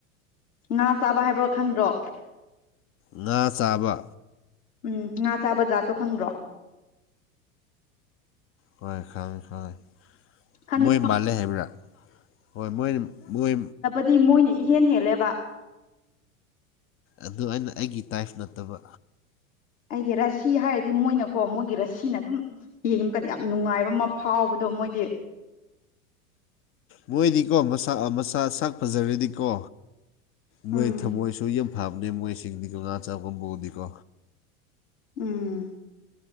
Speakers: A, on the left; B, on the left.
A: ꯉꯥ ꯆꯥꯕ ꯍꯥꯏꯕ ꯈꯪꯗ꯭ꯔꯣ
B: ꯉꯥ ꯆꯥꯕ
A: ꯎꯝ ꯉꯥ ꯆꯥꯕ ꯖꯥꯠꯇꯣ ꯈꯪꯗ꯭ꯔꯣ
B: ꯍꯣꯏ ꯈꯪꯉꯦ ꯈꯪꯉꯦ
A: ꯈꯪꯉꯤ
B: ꯃꯣꯏ ꯃꯥꯜꯂꯦ ꯍꯥꯏꯕ꯭ꯔꯥ ꯍꯣꯏ ꯃꯣꯏ ꯃꯣꯏ
A: ꯗꯤ ꯃꯣꯏꯅ ꯏꯍꯦꯟ ꯍꯦꯜꯂꯦꯕ
B: ꯑꯗꯨ ꯑꯩꯅ ꯑꯩꯒꯤ ꯇꯥꯏꯐ ꯅꯠꯇꯕ
A: ꯑꯩꯗꯤ ꯔꯁꯤ ꯍꯥꯏꯔꯗꯤ ꯃꯣꯏꯅꯀꯣ ꯃꯣꯏꯒꯤ ꯔꯁꯤꯅ ꯑꯗꯨꯝ ꯌꯦꯡꯕꯀꯗꯤ ꯌꯥꯝ ꯅꯨꯡꯉꯥꯏꯕ ꯑꯃ ꯐꯥꯎꯕꯗꯣ ꯃꯣꯏꯗꯤ
B: ꯃꯣꯏꯗꯤꯀꯣ ꯃꯁꯥ ꯃꯁꯥ ꯁꯛ ꯐꯖꯔꯗꯤꯀꯣ ꯃꯣꯏ
A: ꯎꯝ
B: ꯊꯝꯃꯣꯏꯁꯨ ꯌꯥꯝ ꯐꯥꯕꯅꯦ ꯃꯣꯏ ꯁꯤꯡꯗꯤꯀꯣ ꯉꯥ ꯆꯥꯕꯝꯕꯨꯗꯤꯀꯣ
A: ꯎꯝ